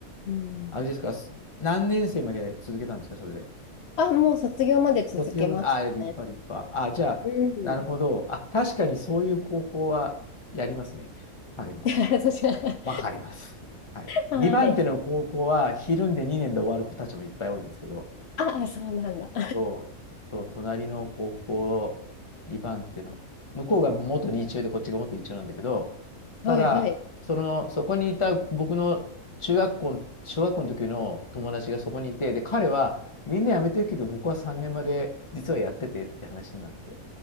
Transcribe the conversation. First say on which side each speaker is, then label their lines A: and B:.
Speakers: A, on the left; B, on the left.
A: うん。
B: あれですか、す何年生まで続けたんですか、それで。
A: あ、もう卒業まで続けましたね。
B: 卒業まで、あ、立派、立派。あ、じゃあ、
A: うん。
B: なるほど。あ、確かにそういう高校はやりますね。最後まで。
A: <laughs> 私は <laughs>
B: わかります。はい。
A: はい。
B: 2番手の高校は、ひるんで2年で終わる子たちもいっぱい多いんですけど、
A: ああ、そうなんだ。
B: そう、そう、隣の高校、2番っていうの、向こうが元2中でこっちが元1中なんだけど、ただ、
A: はいはい。
B: その、そこにいた僕の中学校、小学校の時の友達がそこにいて、で、彼はみんな辞めてるけど、僕は3年まで実はやっててって話になって、